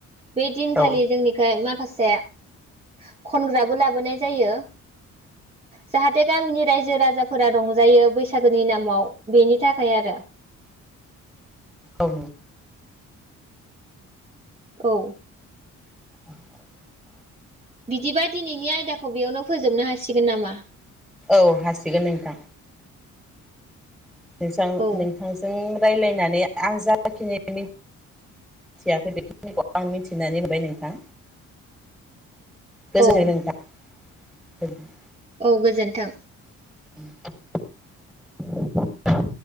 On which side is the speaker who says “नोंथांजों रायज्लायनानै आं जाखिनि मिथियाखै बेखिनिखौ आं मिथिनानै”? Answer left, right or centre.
Centre